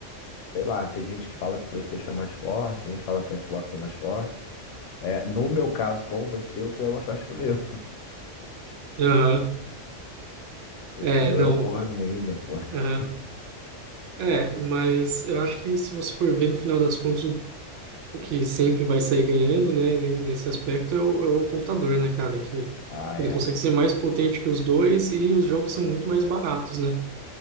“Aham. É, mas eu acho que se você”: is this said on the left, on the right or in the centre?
Right